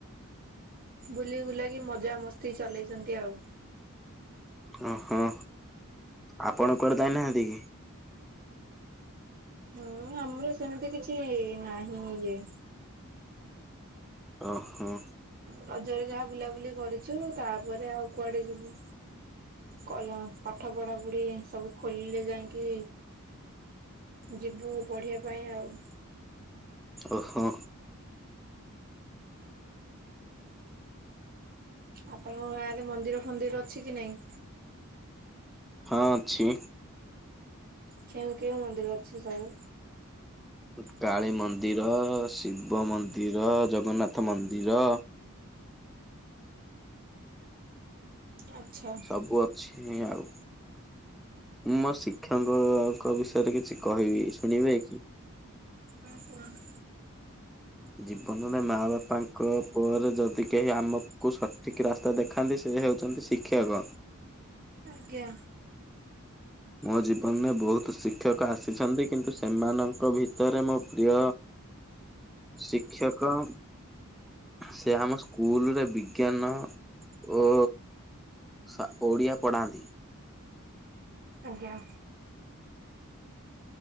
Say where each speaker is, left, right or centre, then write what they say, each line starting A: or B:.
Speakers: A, on the right; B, in the centre.
A: ବୁଲି ବୁଲାକି ମଜା ମସ୍ତି ଚଲେଇଛନ୍ତି ଆଉ।
B: ଓ ହଁ ଆପଣ କୁଆଡେ ଯାଇନାହାନ୍ତି କି?
A: ହୁଁ ଆମର ସେମତି କିଛି ନାହିଁ ଇଏ
B: ଓ ହଁ
A: ରଜରେ ଯାହା ବୁଲାବୁଲି କରିଛୁ ତାଆପରେ ଆଉ କୁଆଡ଼େ ଯିବୁ? କଲ ହଁ ପାଠ ପଢ଼ା ପୁଢ଼ି ସବୁ ଖୋଲିଲେ ଯାଇଁକି ଯିବୁ ପଢ଼ିଆ ପାଇଁ ଆଉ
B: ଓ ହୋ।
A: ଆପଣଙ୍କ ଗାଁ ରେ ମନ୍ଦିର ଫନ୍ଦିର ଅଛି କି ନାଇଁ?
B: ଅଁଛିଁ।
A: କେଉଁ କେଉଁ ମନ୍ଦିର ଅଛି ସବୁ?
B: ଉ କାଳୀ ମନ୍ଦିର, ଶିବ ମନ୍ଦିର, ଜଗନ୍ନାଥ ମନ୍ଦିର।
A: ଆଚ୍ଛା।
B: ସବୁ ଅଛିଁ ଆଉ। ମୁଁ ମୋ ଶିକ୍ଷକ ଙ୍କ ବିଷୟରେ କିଛି କହିବି ଶୁଣିବେ କି?
A: ହଁ କୁଅନ୍ତୁ।
B: ଜୀବନରେ ମା ବାପାଙ୍କ ପରେ ଯଦି କେହି ଆମକୁ ସଠିକ୍ ରାସ୍ତା ତା ଦେଖାନ୍ତି ସେ ହେଉଛନ୍ତି ଶିକ୍ଷକ।
A: ଆଜ୍ଞା।
B: ମୋ ଜୀବନରେ ବହୁତୁ ଶିକ୍ଷକ ଆସିଛନ୍ତି କିନ୍ତୁ ସେମାନଙ୍କ ଭିତରେ ମୋ ପ୍ରିୟ ଶିକ୍ଷକ ସେ ଆମ ସ୍କୁଲ୍ ରେ ବିଜ୍ଞାନ ଓ ସା ଓଡିଆ ପଢାନ୍ତି।
A: ଆଜ୍ଞା।